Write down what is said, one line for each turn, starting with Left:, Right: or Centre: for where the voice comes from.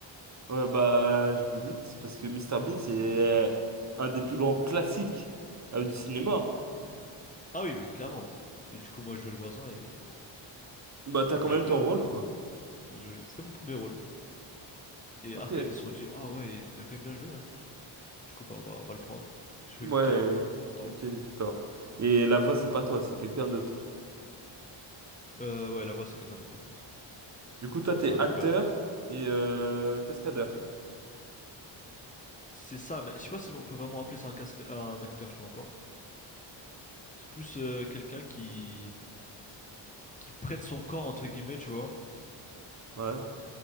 Right: Ouais, bah,
Left: Ok.
Right: je me doute, c'est parce que Mister Bean, c'est euh, un des plus grands classiques euh, du cinéma. hein.
Left: Ah oui, mais clairement. Mais du coup, moi je jouais le voisin et bon,
Right: Bah,
Left: c'était
Right: t'as quand
Left: quand
Right: même
Left: même bien.
Right: ton rôle,
Left: hein.
Right: quoi.
Left: Bah, Je- C'était mon premier rôle. Et
Right: Ok,
Left: Arkane, ils se sont dit, ah ouais, il a quand même bien joué, hein. Du coup, bah, on va, on va le prendre. Je joué
Right: ouais,
Left: Victor, trop content.
Right: ok, Victor. Et la voix, c'est pas toi, c'est quelqu'un d'autre.
Left: Euh, ouais, la voix, c'est quelqu'un d'autre, par contre.
Right: Du coup, toi, t'es
Left: C'est un
Right: acteur
Left: doubleur.
Right: et euh, cascadeur.
Left: C'est ça, mais je sais pas si on peut vraiment appeler ça un casque, un acteur, je te mens pas. C'est plus euh, quelqu'un qui, qui prête son corps, entre guillemets, tu vois,
Right: Ouais.